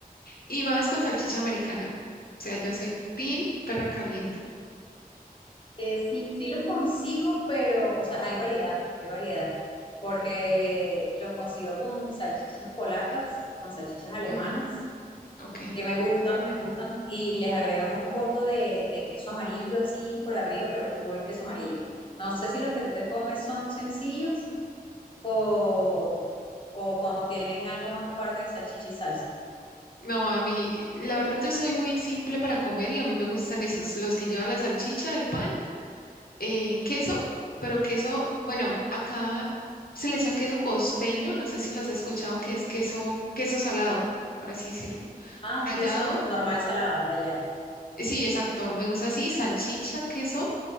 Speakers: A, on the left; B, on the left.
A: Y más con salchicha americana. O sea, yo soy team perro caliente.
B: Eh, sí, sí los consigo, pero, o sea, hay variedad, hay variedad, porque los consigo con salchichas polacas, con salchichas alemanas,
A: Mm, Ok.
B: que me gustan, me gustan, y les agregan un poco de, de queso amarillo así por arriba, pero full queso amarillo. No sé si los que tú te comes son sencillos o, o contienen algo más aparte de salchicha y salsa.
A: No, a mí, la verdad yo soy muy simple para comer y a mí me gustan esos, los que llevan la salchicha, el pan eh, queso, pero queso, bueno, acá se le echa queso costeño, no sé si lo has escuchado, que es queso, queso salado, por así decirlo.
B: Ah,
A: Rallado,
B: un queso normal salado, rallado.
A: eh, sí, exacto, me gusta así, salchicha, queso,